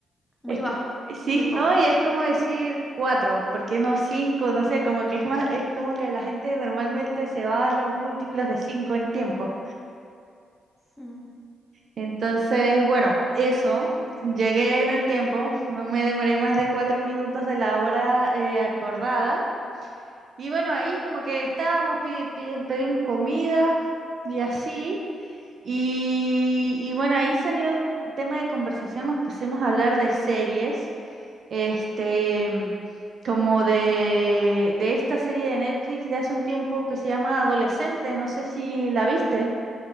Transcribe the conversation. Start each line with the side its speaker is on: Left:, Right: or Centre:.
Centre: Muy
Right: Es como-
Centre: bajo,
Right: sí,
Centre: muy poco.
Right: ¿no? Y es como decir cuatro, ¿por qué no cinco? No sé, como que es más, es como que la gente normalmente se va a los múltiplos de cinco en tiempo.
Centre: Mm.
Right: Entonces, bueno, eso, llegué en el tiempo, no me demoré más de cuatro minutos de la hora eh, acordada. Y bueno, ahí como que estábamos, pi- pi- pedimos comida y así. Y, y bueno, ahí salió el tema de conversación, nos pusimos a hablar de series, este, mm, como de, de esta serie de Netflix de hace un tiempo que se llama Adolescente, no sé si la viste.